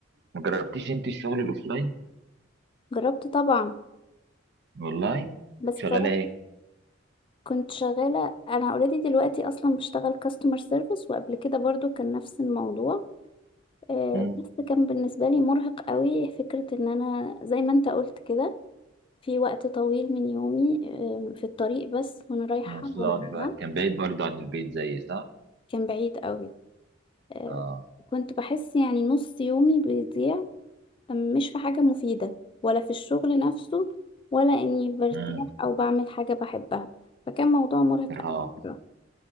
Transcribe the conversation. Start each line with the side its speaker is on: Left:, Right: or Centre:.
Right: ما جربتيش انت الشغل الاوفلاين
Left: جربت طبعا
Right: والله
Left: بس
Right: كنت شغاله
Left: بصراحه كنت شغاله انا اوريدي دلوقتي اصلا بشتغل كاستمر سيرفيس وقبل كده برضو كان نفس الموضوع آه،
Right: ايه
Left: بس كان بالنسبة لي مرهق قوي فكرة ان انا زي ما انت قلت كده في وقت طويل من يومي آه، في الطريق بس وانا رايحة
Right: مواصلات
Left: وانا
Right: بقى
Left: راجعة
Right: كان بعيد برضه عن البيت زي صح؟
Left: كان بعيد قوي آه،
Right: اه
Left: كنت بحس يعني نص يومي بيضيع مش في حاجة مفيدة ولا في الشغل نفسه ولا اني برتاح
Right: امم
Left: او بعمل حاجة بحبها فكان موضوع مرهق
Right: ارهاق
Left: قوي